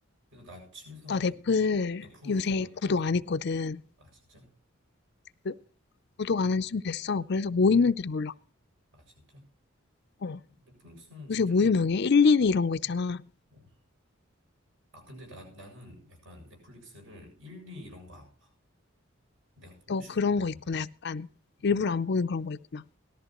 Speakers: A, on the right; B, on the left.
A: 근데 나 취미생활이
B: 나 넷플
A: 넷플,
B: 요새
A: 그냥 넷플만
B: 구독
A: 보는
B: 안 했거든.
A: 거야. 아, 진짜?
B: 그- 구독 안 한 지 좀 됐어. 그래서 뭐
A: 음.
B: 있는지도 몰라.
A: 아, 진짜?
B: 어,
A: 넷플릭스는 진짜.
B: 요새 뭐 유명해? 1, 2위 이런 거 있잖아.
A: 어. 아, 근데 나, 나는 약간 넷플릭스를 1, 2 이런 거 안 봐. 내가 보고
B: 너
A: 싶은
B: 그런
A: 것만
B: 거 있구나,
A: 봐.
B: 약간.
A: 음,
B: 일부러 안 보는 그런 거 있구나.